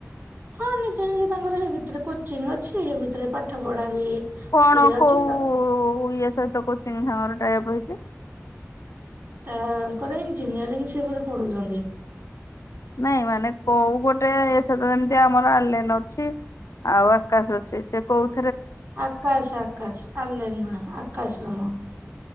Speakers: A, on the right; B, on the left.
A: ହଁ ନିଜେ ନିଜେ ତାଙ୍କର ଭିତରେ କୋଚିଂ ଅଛି। ହେ ଭିତରେ ପାଠ ପଢା ବି
B: କଣ
A: ଏ ଅଛି
B: କୋଉ
A: ତ
B: ଇଏ ସହିତ କୋଚିଂ ସାଙ୍ଗ <unintelligible> ଟାଏ ଅପ୍ ହେଇଚି।
A: ତାଙ୍କର ଇଞ୍ଜିନିୟରିଂ ସେ ବୋଧେ ପଢୁଚନ୍ତି।
B: ନାଇଁ ମାନେ କୋଉ ଗୋଟେ ଏସେ ତ ଯେମିତି ଆମର ଆଲେନ ଅଛି। ଆଉ ଆକାଶ ଅଛି। ସେ କୋଉ
A: ଆକାଶ ଆକାଶ ଆଲେନ୍ ନୁହେଁ ଆକାଶ ରଣ।